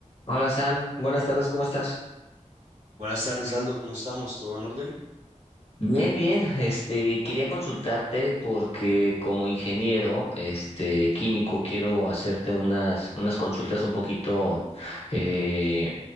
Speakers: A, on the left (about 55°); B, on the right (about 70°).
A: Hola Sam, buenas tardes, ¿cómo estás?
B: Buenas tardes, Aldo, ¿cómo estamos? ¿Todo en orden?
A: Bien, bien, este, quería consultarte porque como ingeniero, este, químico, quiero hacerte unas, unas consultas un poquito, eh,